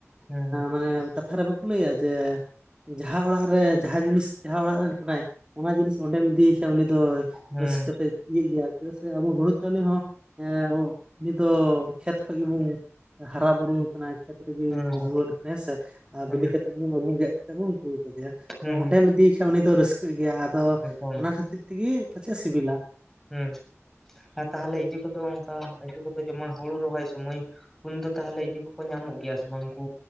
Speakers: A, in the centre; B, on the right.
A: ᱦᱩᱸ
B: ᱢᱟᱱᱮ ᱠᱟᱛᱷᱟ ᱨᱮ ᱞᱟᱹᱭᱟ ᱡᱮ ᱡᱟᱦᱟᱸ ᱚᱲᱟᱜ ᱨᱮ ᱡᱟᱦᱟᱸ ᱡᱤᱱᱤᱥ ᱡᱟᱦᱟᱸ ᱚᱲᱟᱜ ᱨᱮᱱ ᱠᱟᱱᱟᱭ ᱚᱱᱟ ᱡᱤᱱᱤᱥ ᱚᱸᱰᱮᱢ ᱤᱫᱤᱭᱮ ᱠᱷᱟᱡ ᱩᱱᱤ ᱫᱚ
A: ᱦᱩᱸ
B: ᱨᱟᱹᱥᱠᱟᱹ ᱛᱮᱭ ᱤᱭᱟᱹᱜ ᱜᱮᱭᱟ ᱪᱮᱫᱟᱜ ᱥᱮ ᱟᱵᱚ ᱦᱩᱲᱩ ᱪᱟᱣᱞᱮ ᱦᱚᱸ ᱦᱮᱸ ᱦᱩᱸ ᱩᱱᱤᱫᱚ ᱠᱷᱮᱛ ᱠᱷᱚᱡ ᱜᱮᱵᱚᱱ ᱦᱟᱨᱟ ᱵᱩᱨᱩ
A: ᱦᱩᱸ
B: ᱟᱠᱟᱱᱟ ᱠᱷᱮᱛ ᱨᱮᱜᱮᱭ
A: ᱦᱩᱸ
B: ᱡᱩᱣᱟᱹᱲ ᱟᱠᱟᱱᱟ, ᱦᱮᱸᱥᱮ, ᱟᱨ
A: ᱦᱩᱸ
B: ᱵᱤᱞᱤ ᱠᱟᱛᱮ ᱟᱵᱩ ᱜᱮᱫ ᱠᱟᱛᱮ ᱵᱚᱱ ᱟᱹᱜᱩ ᱟᱠᱟᱫᱮᱭᱟ
A: ᱦᱩᱸ
B: ᱛᱚ ᱚᱸᱰᱮᱢ ᱤᱫᱤᱭᱮ ᱠᱷᱟᱡ ᱩᱱᱤ ᱫᱚᱭ ᱨᱟᱹᱥᱠᱟᱹᱜ ᱜᱮᱭᱟ ᱟᱫᱚ
A: ᱮᱠᱫᱚᱢ
B: ᱚᱱᱟ ᱠᱷᱟᱹᱛᱤᱨ ᱛᱮ ᱛᱩᱜᱤ ᱯᱟᱪᱷᱮᱫ ᱮ ᱥᱤᱵᱤᱞᱟ
A: ᱦᱩᱸ ᱟᱨ ᱛᱟᱦᱞᱮ ᱤᱡᱟᱹ ᱠᱚᱫᱚ ᱚᱱᱠᱟ <unintelligible> ᱠᱚᱫᱚ ᱡᱮᱢᱚᱱ ᱦᱩᱲᱩ ᱨᱚᱦᱚᱭ ᱥᱚᱢᱚᱭ ᱩᱱ ᱫᱚ ᱛᱟᱦᱞᱮ ᱤᱭᱟᱹ ᱠᱚᱠᱚ ᱧᱟᱢᱚᱜ ᱜᱮᱭᱟ ᱥᱮ ᱵᱟᱝ? ᱩᱱᱠᱩ